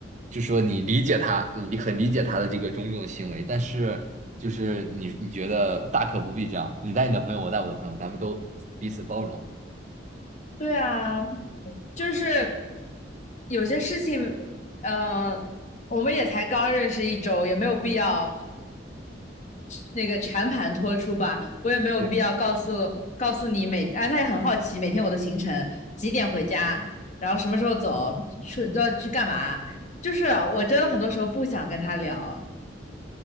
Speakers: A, on the right (about 40°); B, on the left (about 40°).
A: 就说你理解他，你很理解他的这个种种行为，但是就是你你觉得大可不必这样，你带你的朋友，我带我的朋友，咱们都彼此包容。
B: <laughs> 对啊，就是有些事情，嗯、我们也才刚认识一周，也没有必要那个全盘托出吧，我也没有必要告诉告诉你每，
A: 对
B: 哎，他也很好奇每天我的行程，几点回家，然后什么时候走，去都要去干嘛，就是我真的很多时候不想跟他聊，